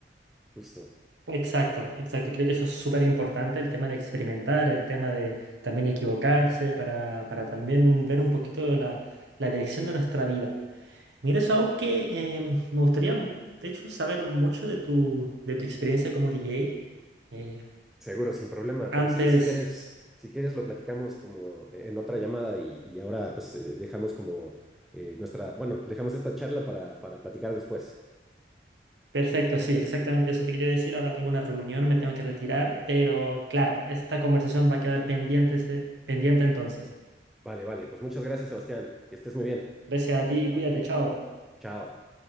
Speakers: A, in the centre; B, on the right (about 90°).
A: Justo,
B: Exacto, exacto. Creo que eso es súper importante, el tema de experimentar, el tema de también equivocarse para, para también ver un poquito la, la dirección de nuestra vida. Mira, eso algo que eh, me gustaría, de hecho, saber mucho de tu, de tu experiencia como DJ. Eh,
A: seguro, sin problema,
B: antes,
A: pero sí, si quieres, si quieres lo platicamos como en otra llamada y, y ahora pues eh, dejamos como eh, nuestra, bueno, dejamos esta charla para, para platicar después.
B: perfecto, sí, exactamente eso te quería decir. Ahora tengo una reunión, me tengo que retirar, pero claro, esta conversación va a quedar pendiente, se- pendiente entonces.
A: Vale, vale. Pues muchas gracias, Sebastián. Que estés muy bien.
B: Gracias a ti, cuídate, chao.
A: Chao.